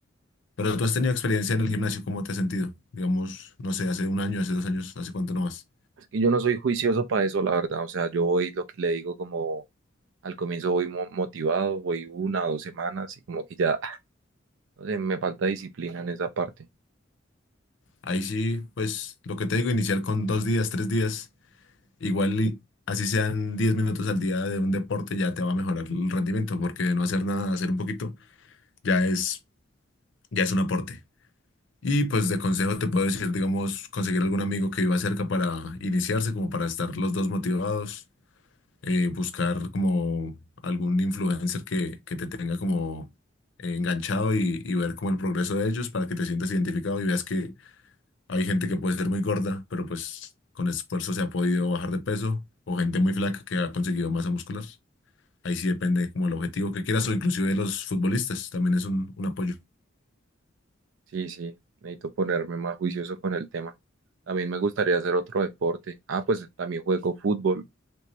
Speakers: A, on the left; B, on the right.
A: Pero tú has tenido experiencia en el gimnasio, ¿cómo te has sentido? Digamos, no sé, hace un año, hace dos años, hace cuánto nomás.
B: Es que yo no soy juicioso para eso, la verdad, o sea, yo voy lo que le digo como al comienzo voy mo- motivado, voy una o dos semanas y como que ya, <laughs> no sé, me falta disciplina en esa parte.
A: Ahí sí, pues lo que te digo, iniciar con dos días, tres días, igual y así sean diez minutos al día de un deporte, ya te va a mejorar el rendimiento, porque de no hacer nada, hacer un poquito, ya es, ya es un aporte. Y pues de consejo te puedo decir, digamos, conseguir algún amigo que viva cerca para iniciarse, como para estar los dos motivados eh, buscar como algún influencer que, que te tenga como eh, enganchado y, y ver como el progreso de ellos para que te sientas identificado y veas que hay gente que puede ser muy gorda, pero pues con esfuerzo se ha podido bajar de peso, o gente muy flaca que ha conseguido masa muscular. Ahí sí depende como el objetivo que quieras o inclusive de los futbolistas, también es un, un apoyo.
B: Sí, sí, necesito ponerme más juicioso con el tema. También me gustaría hacer otro deporte. Ah, pues también juego fútbol.